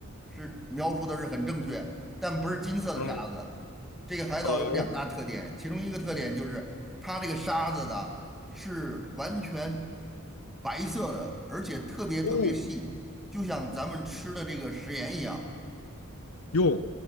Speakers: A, in the centre; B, on the left (about 90°).
A: 是描述的是很正确，但不是金色的沙子。
B: 嗯
A: 这个海岛有两大特点，
B: 哦
A: 其中一个特点就是它这个沙子的是完全白色的，而且特别特别细，
B: 哦哦
A: 就像咱们吃的这个食盐一样。
B: 哟。